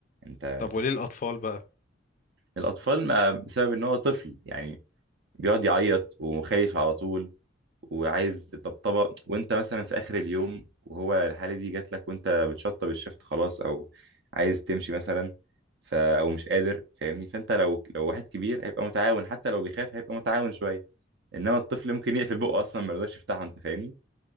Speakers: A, on the right; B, on the left.
A: أنت أنت
B: طب وليه
A: فاهم.
B: الأطفال بقى؟
A: الأطفال ما بسبب إن هو طفل يعني بيقعد يعيط وخايف على طول وعايز طبطبه وانت مثلا في اخر اليوم وهو الحاله دي جات لك وانت بتشطب الشفت خلاص او عايز تمشي مثلا ف او مش قادر فاهمني فانت لو لو واحد كبير هيبقى متعاون حتى لو بيخاف هيبقى متعاون شويه انما الطفل ممكن يقفل بقه اصلا ما يرضاش يفتحه انت فاهمني